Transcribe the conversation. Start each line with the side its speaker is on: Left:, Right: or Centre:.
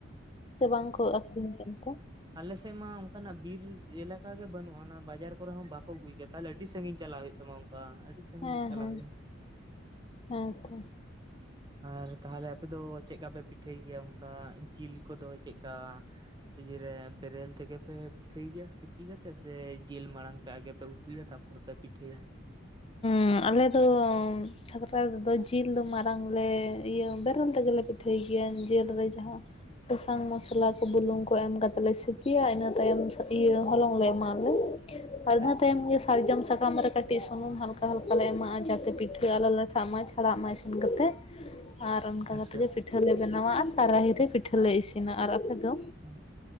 Left: ᱥᱮ ᱵᱟᱝᱠᱚ ᱟᱠᱷᱨᱤᱧ ᱜᱮᱭᱟ ᱚᱱᱛᱮ
Right: ᱟᱞᱮᱥᱮᱫ ᱢᱟ ᱚᱱᱠᱟᱱᱟᱜ ᱵᱤᱨ ᱮᱞᱟᱠᱟ ᱜᱮ ᱵᱟᱹᱱᱩᱜᱼᱟ ᱚᱱᱟ ᱵᱟᱡᱟᱨ ᱠᱚᱨᱮ ᱦᱚᱸ ᱵᱟᱠᱚ ᱟᱹᱜᱩᱭ ᱠᱮᱫ ᱛᱟᱦᱚᱞᱮ ᱟᱹᱰᱤ ᱥᱟᱺᱜᱤᱧ ᱪᱟᱞᱟᱜ ᱦᱩᱭᱩᱜ ᱛᱟᱢᱟ ᱚᱱᱠᱟ ᱟᱹᱰᱤ ᱥᱟᱺᱜᱤᱧ
Left: ᱦᱮᱸ
Right: ᱧᱚᱜ ᱪᱟᱞᱟᱜ
Left: ᱦᱮᱸ
Right: ᱦᱩᱭᱩᱜᱼᱟ ᱚᱸ
Left: ᱦᱮᱸ ᱛᱚ
Right: ᱟᱨ ᱛᱟᱦᱚᱞᱮ ᱟᱯᱮ ᱫᱚ ᱪᱮᱫ ᱠᱟ ᱯᱮ ᱯᱤᱴᱷᱟᱹᱭ ᱜᱮᱭᱟ ᱚᱱᱠᱟ ᱡᱤᱞ ᱠᱚᱫᱚ ᱪᱮᱜ ᱠᱟ ᱤᱡᱮ ᱨᱮ ᱵᱮᱨᱮᱞ ᱛᱮᱜᱮ ᱯᱮ ᱯᱤᱴᱷᱟᱹᱭ ᱜᱮᱭᱟ ᱥᱤᱯᱤ ᱠᱟᱛᱮᱜ ᱥᱮ ᱡᱤᱞ ᱢᱟᱲᱟᱝ ᱥᱮ ᱟᱜᱮ ᱯᱮ ᱩᱛᱩᱭᱟ ᱛᱟᱨᱯᱚᱨᱮ ᱯᱮ ᱯᱤᱴᱷᱟᱹᱭᱟ
Left: ᱦᱩᱸ ᱟᱞᱮ ᱫᱚ ᱥᱟᱠᱨᱟᱛ ᱫᱚ ᱡᱤᱞ ᱫᱚ ᱢᱟᱨᱟᱝ ᱞᱮ ᱤᱭᱟᱹ ᱵᱮᱨᱮᱞ ᱛᱮᱜᱮᱞᱮ ᱯᱤᱴᱷᱟᱹᱭ ᱜᱮᱭᱟ ᱡᱤᱞ ᱨᱮ ᱡᱟᱦᱟᱸ ᱥᱟᱥᱟᱝ ᱢᱚᱥᱞᱟ ᱠᱚ ᱵᱩᱞᱩᱝ ᱠᱚ ᱮᱢ ᱠᱟᱛᱮ ᱞᱮ ᱥᱤᱯᱤᱭᱟ ᱤᱱᱟᱹ ᱛᱟᱭᱚᱢ ᱤᱭᱟᱹ ᱦᱚᱞᱚᱝ ᱞᱮ ᱮᱢᱟᱜ ᱟᱞᱮ ᱟᱨ ᱤᱱᱟᱹ
Right: ᱟᱪᱪᱷᱟ
Left: ᱛᱟᱭᱚᱢ ᱜᱮ ᱥᱟᱨᱡᱚᱢ ᱥᱟᱠᱟᱢ ᱨᱮ ᱠᱟᱹᱴᱤᱡ ᱥᱩᱱᱩᱢ ᱦᱟᱞᱠᱟ ᱦᱟᱞᱠᱟ ᱞᱮ ᱮᱢᱟᱜᱼᱟ ᱡᱟᱛᱮ ᱯᱤᱴᱷᱟᱹ ᱟᱞᱚ ᱞᱟᱴᱷᱟᱜ ᱢᱟ ᱪᱷᱟᱲᱟᱜ ᱢᱟ ᱤᱥᱤᱱ ᱠᱟᱛᱮᱫ
Right: <inaudible>
Left: ᱟᱨ ᱚᱱᱠᱟ
Right: ᱟᱪᱪᱷᱟ
Left: ᱠᱟᱛᱮᱫ ᱜᱮ ᱯᱤᱴᱷᱟᱹᱞᱮ ᱵᱮᱱᱟᱣᱟ ᱟᱨ ᱠᱟᱨᱟᱦᱤᱨ ᱨᱮ ᱯᱤᱴᱷᱟᱹᱞᱮ ᱤᱥᱤᱱᱟ ᱟᱨ ᱟᱯᱮ ᱫᱚ
Right: ᱦᱩᱸ